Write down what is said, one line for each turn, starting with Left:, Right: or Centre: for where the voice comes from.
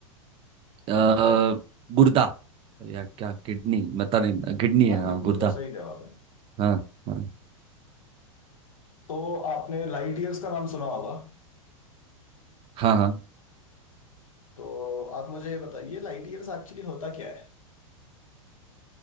Right: अ, गुर्दा या क्या किडनी बता नहीं किडनी
Left: हाँ
Right: है हाँ
Left: जी गुर्दा
Right: गुर्दा
Left: सही जवाब है
Right: हाँ हाँ
Left: तो आपने लाइट ईयर्स का नाम सुना होगा
Right: हाँ हाँ
Left: तो आप मुझे ये बताइए लाइट ईयर्स एक्चुअली होता क्या है